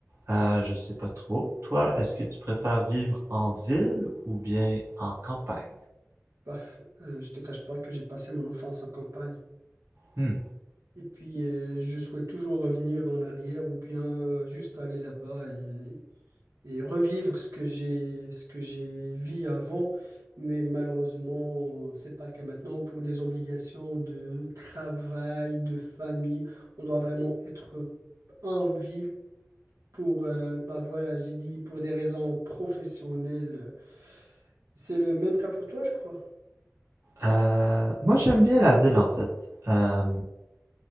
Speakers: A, on the right (about 55°); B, on the right (about 80°).
A: euh, je sais pas trop. Toi, est-ce que tu préfères vivre en ville ou bien en campagne?
B: Paf, euh, je te cache pas que j'ai passé mon enfance en campagne.
A: Hmm.
B: Et puis, euh, je souhaite toujours revenir en arrière ou bien euh, juste aller là-bas et et revivre ce que j'ai ce que j'ai vu avant. Mais malheureusement, c'est pas le cas maintenant. Pour des obligations de travail, de famille, on doit vraiment être en ville pour, euh, bah voilà, j'ai dit, pour des raisons professionnelles. C'est le même cas pour toi, je crois.
A: Euh, moi, j'aime bien la ville en fait. Euh,